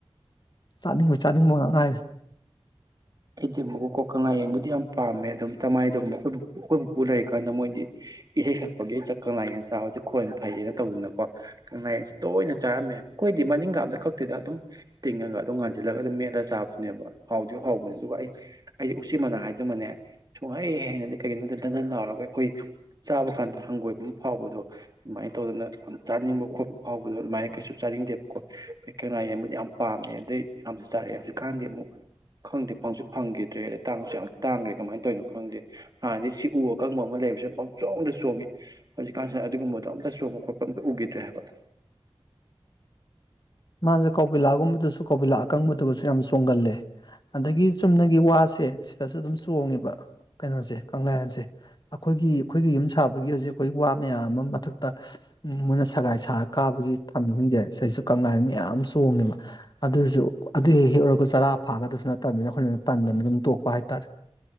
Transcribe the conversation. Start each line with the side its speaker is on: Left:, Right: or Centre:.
Left: ꯆꯥꯅꯤꯡꯕ ꯆꯥꯅꯤꯡꯕ ꯉꯥꯡꯉꯥꯏ
Right: ꯑꯩꯗꯤ ꯑꯃꯨꯛꯀ ꯀꯣ ꯀꯪꯂꯥ ꯌꯦꯡꯕꯗꯤ ꯌꯥꯝ ꯄꯥꯝꯃꯦ ꯑꯗꯨꯝ ꯇꯃꯥꯏꯗꯒꯨꯝꯕ ꯑꯩꯈꯣꯏ ꯑꯩꯈꯣꯏ ꯄꯨꯄꯨ ꯂꯩꯔꯤꯀꯥꯟꯗ ꯃꯣꯏꯗꯤ ꯏꯁꯩ ꯁꯛꯄꯒꯤ ꯀꯪꯂꯥ ꯌꯦꯟ ꯆꯥꯕꯁꯤ ꯈꯣꯟ ꯐꯩꯌꯦꯅ ꯇꯧꯗꯅꯀꯣ ꯀꯪꯂꯥ ꯌꯦꯟꯁꯁꯤꯦ ꯇꯣꯏꯅ ꯆꯥꯔꯝꯃꯦꯕ ꯑꯩꯈꯣꯏꯗꯤ ꯃꯅꯤꯡ ꯀꯥꯞꯝꯗ ꯈꯛꯇꯤꯗ ꯑꯗꯨꯝ ꯇꯤꯡꯉꯒ ꯑꯗꯨꯝ ꯉꯥꯟꯁꯤꯜꯂꯒ ꯑꯗꯨꯝ ꯃꯦꯠꯂ ꯆꯥꯕꯗꯨꯅꯦꯕ ꯍꯥꯎꯗꯤ ꯍꯥꯎꯕꯅꯤ ꯑꯗꯨꯒ ꯑꯩ ꯑꯩꯗꯤ ꯎꯆꯤ ꯃꯅꯥ ꯍꯥꯏꯗꯃꯅꯦ ꯁꯨꯡꯍꯥꯏꯦ ꯍꯥꯏꯅꯗꯤ ꯀꯩꯒꯤꯅꯣ ꯈꯗ ꯅꯟꯗꯟ ꯂꯥꯎꯔꯒ ꯑꯩꯈꯣꯏ ꯆꯥꯕ ꯀꯥꯟꯗ ꯍꯪꯒꯣꯏꯕ ꯑꯃ ꯐꯥꯎꯕꯗꯣ ꯑꯗꯨꯃꯥꯏꯅ ꯇꯧꯗꯅ ꯆꯥꯅꯤꯡꯕ ꯈꯣꯠꯄ ꯐꯥꯎꯕꯗꯣ ꯑꯗꯨꯃꯥꯏꯅ ꯀꯩꯁꯨ ꯆꯥꯅꯤꯡ ꯗꯦꯣ ꯑꯩ ꯀꯪꯂꯥ ꯌꯦꯡꯕꯗꯤ ꯌꯥꯝ ꯄꯥꯝꯃꯦ ꯑꯗꯩ ꯌꯥꯝꯁꯨ ꯆꯥꯔꯛꯑꯦ ꯍꯧꯖꯤꯛꯀꯥꯟꯗꯤ ꯑꯃꯨꯛ ꯈꯪꯗꯦ ꯪꯁꯨ ꯐꯪꯈꯤꯗ꯭ꯔꯦ ꯑꯗꯩ ꯇꯥꯡꯁꯨ ꯌꯥꯝ ꯇꯥꯡꯈ꯭ꯔꯦ ꯀꯃꯥꯏꯅ ꯇꯧꯔꯤꯅꯣ ꯈꯪꯗꯦ ꯍꯥꯟꯗꯤ ꯁꯤ ꯎ ꯑꯀꯪꯕ ꯑꯃ ꯂꯩꯕꯁꯤꯁꯦ ꯆꯣꯡꯗ ꯆꯣꯡꯏꯤ ꯍꯧꯖꯤꯛꯀꯥꯟꯁꯤꯗ ꯑꯗꯨꯒꯨꯝꯕꯗꯣ ꯑꯝꯇ ꯆꯣꯡꯕ ꯈꯣꯠꯄ ꯑꯝꯇ ꯎꯈꯤꯗ꯭ꯔꯦ ꯍꯥꯏꯕ <inaudible>
Left: ꯃꯥꯖꯨ ꯀꯧꯕꯤꯂꯥꯒꯨꯝꯕꯗꯁꯨ ꯀꯧꯕꯤꯂꯥ ꯑꯀꯪꯕꯗꯒꯁꯨ ꯌꯥꯝ ꯆꯣꯡꯒꯜꯂꯦ ꯑꯗꯒꯤ ꯆꯨꯝꯅꯒꯤ ꯋꯥꯁꯦ ꯁꯤꯗꯁꯨ ꯑꯗꯨꯝ ꯆꯣꯡꯉꯦꯕ ꯀꯩꯅꯣꯁꯦ ꯀꯪꯂꯥꯌ‌ꯦꯟꯁ‌ꯦ ꯑꯩꯈꯣꯏꯒꯤ ꯑꯩꯈꯣꯏꯒꯤ ꯌꯨꯝ ꯁꯥꯕꯒꯤ ꯍꯧꯖꯤꯛ ꯑꯩꯈꯣꯏ ꯋꯥ ꯃꯌꯥꯝ ꯑꯃ ꯃꯊꯛꯇ ꯃꯣꯏꯅ ꯁꯒꯥꯏ ꯁꯥꯔꯒ ꯀꯥꯕꯒꯤ ꯊꯝꯃꯤꯖꯤꯡꯖ‌ꯦ ꯁꯤꯁꯨ ꯀꯪꯂꯥꯌ‌ꯦꯟꯗꯤ ꯌꯥꯝ ꯆꯣꯡꯉꯦꯕ ꯑꯗꯨꯏꯑꫭꯏꯔꯥꯖꯨ ꯑꯗꯨꯏꯗꫭ ꯍꯦꯛꯎꯔꯒ ꯆꯥꯔꯥ ꯐꯥꯒꯗꯕꯁꯨ ꯅꯠꯇꯕꯅꯤꯅ ꯑꯩꯈꯣꯏꯅ ꯇꯥꯟ ꯑꯗꯨꯅ ꯑꯗꯨꯝ ꯇꯣꯛꯄ ꯍꯥꯏꯇꯥꯔꯦ